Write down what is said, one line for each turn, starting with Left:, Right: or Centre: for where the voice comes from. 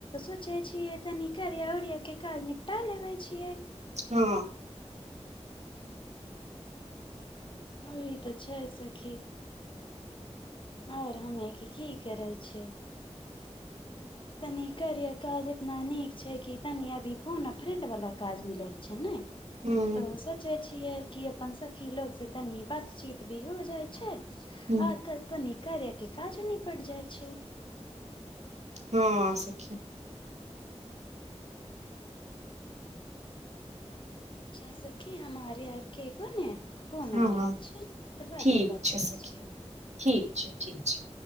Left: सोचे छीयै तनी करिया उरिया के काज निपटा लेबे छियै
Right: हँ
Left: ह ई तऽ छै सखि आउर हमे कि की करै छियै तनी करिय काज इतना नीक छै कि तनी अभी फोन फ्रेड वला काज मिलल छै ने
Right: ह
Left: तऽ सोचे छियै कि अपन सखी लोक से तनि बातचीत भी हो जाइ छै
Right: ह
Left: आ तऽ कनि कार्य क काज नीपट जाइ छै
Right: हँ सखी
Left: शासकी हमारे आरके कोन है फोन
Right: हँ
Left: आ रहल छै तऽ बादमे
Right: ठीक
Left: बात
Right: छै
Left: करै
Right: सखी
Left: छियै
Right: ठीक छै ठीक छै